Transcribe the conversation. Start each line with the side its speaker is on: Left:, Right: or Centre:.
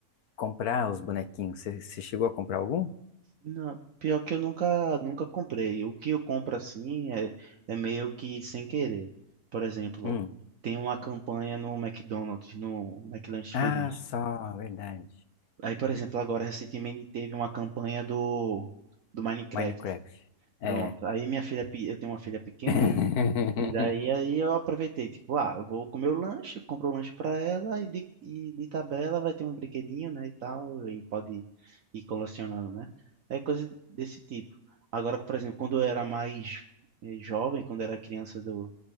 Left: Comprar os bonequinhos. Você, você chegou a comprar algum?
Right: Não, pior que eu nunca, nunca comprei. O que eu compro assim é, é meio que sem querer. Por exemplo,
Left: Hum.
Right: tem uma campanha no McDonald's, no McLanche
Left: Ah,
Right: Feliz.
Left: só, verdade.
Right: Aí, por exemplo, agora recentemente teve uma campanha do, do Minecraft.
Left: Minecraft.
Right: Pronto.
Left: É.
Right: Aí minha filha, pe- eu tenho uma filha pequena,
Left: <laughs>
Right: e daí aí eu aproveitei, tipo, ah, eu vou comer o lanche, compro o lanche pra ela e de, e de tabela vai ter um brinquedinho, né, e tal, e pode ir colecionando, né? É coisa desse tipo. Agora, por exemplo, quando eu era mais eh, jovem, quando eu era criança do